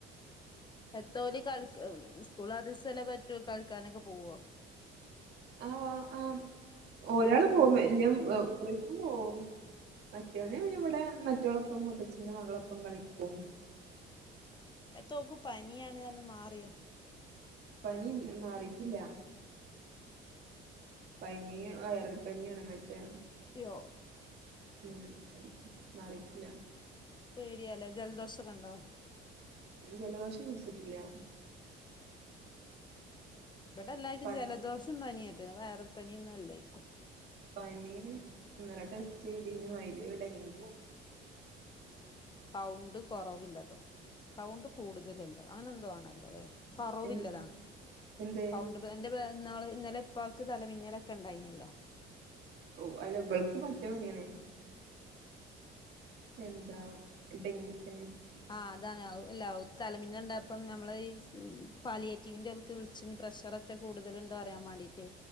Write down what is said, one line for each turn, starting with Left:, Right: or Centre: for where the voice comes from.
Left: എത്തോ ഒരു കൾ സ്കൂൾ ആ ദിവസല്ലേ പറ്റു കളിക്കാനൊക്കെ പോവോ
Right: ആഹ് ആഹ് ഒരാള്
Left: അവിടെ
Right: പോകും വല് റിഫു പോകും മറ്റവന് പിന്നെ ഇവിടെ മറ്റളൊപ്പം മുത്തച്ഛന്റെ മകളൊപ്പം കളിക്കും
Left: എത്തോക്ക് പനിയാണ് ർത്ത് മാറിയോ
Right: പനി മാറിക്കില്ല
Left: ഉം ഉം
Right: പനി വയറൽ പനിയാണ് മറ്റേ
Left: യോ
Right: ഉം മറിട്ടില്ല
Left: ആഹ് പേടിയാലേ ജലദോഷക്കെ ഇണ്ടോ
Right: ജലദോഷം പിടിച്ചിട്ടില്ല
Left: ഇവിടെല്ലാർക്കും
Right: പ
Left: ജലദോഷം പനിയ റ്റത് വയറൽ പനി ഒന്നും അല്ലായ്ക്കും
Right: പനി ഇന്നല്ലെ ടെസ്റ്റ് ചെയ്തിനു അയ്ല് ഡെങ്കിണ്
Left: ആഹ് ത് കൗണ്ട് കൊറവില്ലതോ കൗണ്ട് കൂടുതലല്ലോ അങ്ങനെന്തോ ആണല്ലോ ല്ലേ കൊറവില്ലതാണ്
Right: എൻ എന്ത്
Left: ക <unintelligible> ന്നാള് ഇന്നലെ ഇപ്പാക്ക് തലമിന്നലൊക്കെ ഉണ്ടായിനല്ലോ
Right: ഓ അല്ല വൾക്ക് മറ്റേ പനിയാണ് എന്താ
Left: ഏഹ്
Right: ഡെങ്കിപ്പനിയ
Left: ആഹ് അതാണ് <unintelligible> തല മിന്നലിണ്ടായപ്പോ നമ്മള് ഈ പാലിയേറ്റീവിന്റൊൽക്ക് വിളിച്ചിനി പ്രഷറ കൂടുതല് ഉണ്ടോറിയാൻ വേണ്ടീട്ട്